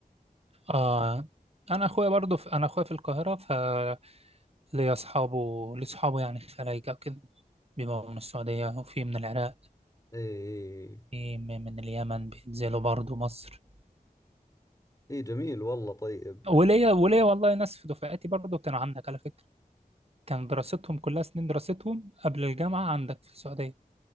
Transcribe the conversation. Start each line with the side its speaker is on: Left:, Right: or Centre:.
Right: آه انا اخويا برضو في انا اخويا في القاهره فليا اصحابه لي اصحابه يعني خلايجه كده بيبقوا من السعوديه وفي من العراق
Left: إيه إيه
Right: في م- من اليمن بينزلوا برضو مصر
Left: إيه جميل والله طيب
Right: وليا وليا والله ناس في دفعتي برضو كانوا عندك على فكره كان دراستهم كلها سنين دراستهم قبل الجامعه عندك في السعوديه